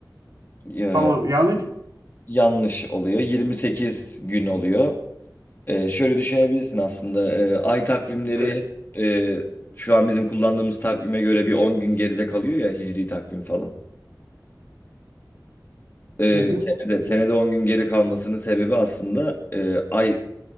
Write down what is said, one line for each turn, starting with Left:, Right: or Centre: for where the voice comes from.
Left: Ee,
Right: Tamam yanlış mı?
Left: yanlış oluyor. 28 gün oluyor. Ee, şöyle düşünebilirsin aslında. Ee, ay takvimleri
Right: Evet.
Left: e, şu an bizim kullandığımız takvime göre bir 10 gün geride kalıyor ya hicri takvim falan. Ee,
Right: Hı hı,
Left: senede, senede 10 gün geri kalmasının sebebi aslında e, ay